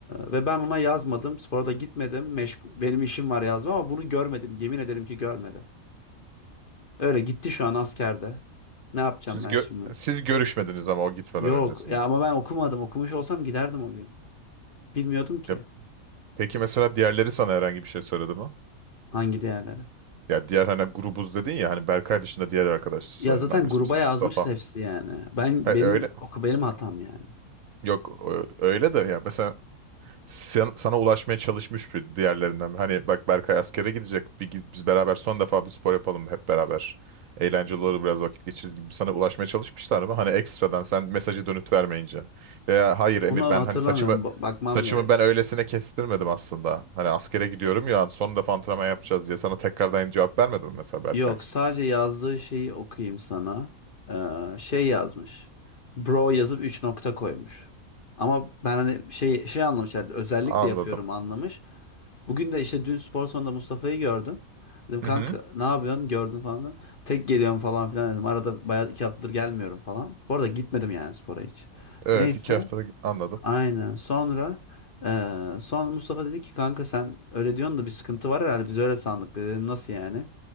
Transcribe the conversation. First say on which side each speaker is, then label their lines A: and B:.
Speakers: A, on the left; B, on the right.
A: ve ben ona yazmadım. Spora da gitmedim. Meşgul, benim işim var yazma ama bunu görmedim. Yemin ederim ki görmedim. Öyle gitti şu an askerde. Ne yapacağım
B: Siz
A: ben
B: gö-
A: şimdi?
B: siz görüşmediniz ama o gitmeden
A: Yok
B: öncesinde.
A: ya ama ben okumadım. Okumuş olsam giderdim o gün. Bilmiyordum ki
B: Ya, peki mesela diğerleri sana herhangi bir şey söyledi mi?
A: hangi değerlere.
B: Ya diğer hani grubuz dedin ya hani Berkay dışında diğer arkadaşlarından
A: Ya zaten
B: birisi
A: gruba
B: misin?
A: yazmıştı
B: Mustafa.
A: hepsi yani. Ben
B: Ha,
A: benim
B: öyle.
A: oku benim hatam yani.
B: Yok ö- öyle de ya mesela sen- sana ulaşmaya çalışmış bir diğerlerinden. Hani bak Berkay askere gidecek. Bir, gi- biz beraber son defa bir spor yapalım hep beraber. Eğlenceli olur biraz vakit geçiririz gibi sana ulaşmaya çalışmışlar mı? Hani ekstradan sen mesajı dönüt vermeyince. Veya hayır Emir
A: Onu hatırlamıyorum.
B: ben hani saçımı
A: Ba- bakmam
B: saçımı
A: gerek.
B: ben öylesine kestirmedim aslında. Hani askere gidiyorum ya son defa antrenman yapacağız diye sana tekrardan cevap vermedim mi mesela Berkay?
A: Yok, sadece yazdığı şeyi okuyayım sana. Ee, şey yazmış. Bro yazıp 3 nokta koymuş. Ama ben hani şey şey anlamış yani özellikle
B: Anladım.
A: yapıyorum anlamış. Bugün de işte dün spor salonunda Mustafa'yı gördüm. Dedim kanka
B: Hı hı.
A: ne yapıyorsun gördün falan. filan. Tek geliyorum falan filan dedim. Arada bayağı iki haftadır gelmiyorum falan. Bu arada gitmedim yani spora hiç.
B: Evet
A: Neyse
B: iki haftada anladım.
A: aynen sonra eee sonra Mustafa dedi ki kanka sen öyle diyorsun da bir sıkıntı var herhalde biz öyle sandık dedim nasıl yani.